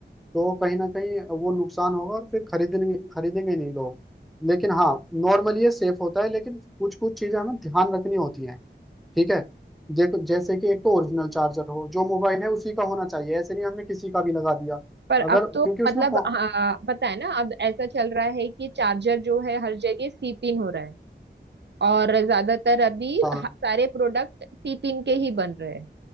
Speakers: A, in the centre; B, on the right.
A: तो कहीं ना कहीं वो नुकसान होगा और फिर खरीदेंगे खरीदेंगे नहीं लोग लेकिन हाँ नॉर्मल ये सेफ होता है लेकिन कुछ कुछ चीजें हमें ध्यान रखनी होती हैं ठीक है देखो जैसे कि एक तो ओरिजिनल चार्जर हो जो मोबाइल है उसी का होना चाहिए ऐसे नहीं हमने किसी का भी लगा दिया
B: पर अब
A: अगर
B: तो
A: क्योंकि उसमें
B: मतलब
A: कौ-
B: हाँ, पता है ना अब ऐसा चल रहा है कि चार्जर जो है हर जगह सी पिन हो रहा है और ज्यादातर अभी
A: हाँ
B: ह- सारे प्रोडक्ट सी पिन के ही बन रहे हैं